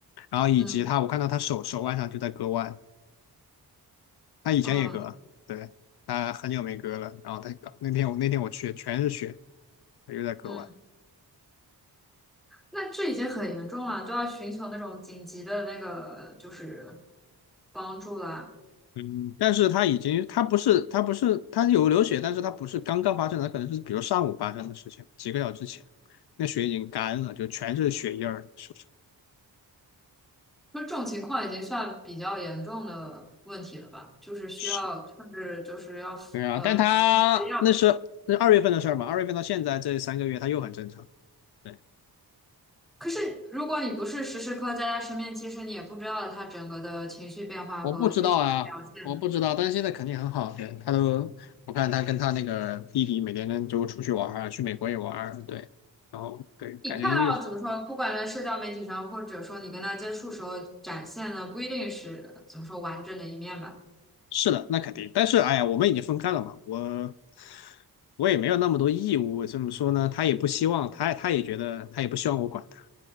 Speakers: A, on the left (about 75°); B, in the centre.
A: 然后以及他我看到他手手腕上就在割腕，
B: 嗯，
A: 他以前也割，
B: 哦，
A: 对，他很久没割了，然后他那天我那天我去全是血，他又在割腕。
B: 嗯，那这已经很严重了，都要寻求那种紧急的那个就是帮助啦。
A: 嗯，但是他已经，他不是，他不是，他有流血，但是他不是刚刚发生的，可能是比如上午发生的事情，几个小时之前，那血已经干了，就全是血印儿，是不是？
B: 那这种情况已经算比较严重的问题了吧？就是需要，
A: 是，
B: 甚至就是要呃
A: 对啊，但他那是那是二月份的事儿嘛，
B: 要。
A: 二月份到现在这三个月，他又很正常。对，
B: 可是如果你不是时时刻在他身边，其实你也不知道他整个的情绪变化和具体的表现呢。
A: 我不知道啊，我不知道，但是现在肯定很好。对，他都，我看他跟他那个弟弟每天就出去玩儿啊去美国也玩儿，对，然后对，感觉又
B: 你看到怎么说，不管在社交媒体上，或者说你跟他接触时候展现的，不一定是怎么说完整的一面吧。
A: 是的，那肯定。但是，哎呀，我们已经分开了嘛，我我也没有那么多义务。怎么说呢？他也不希望，他他也觉得，他也不希望我管他，